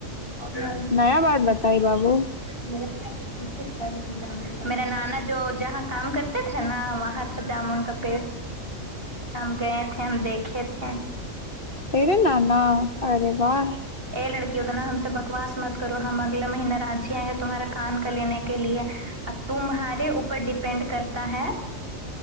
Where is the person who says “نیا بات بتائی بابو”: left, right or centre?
Left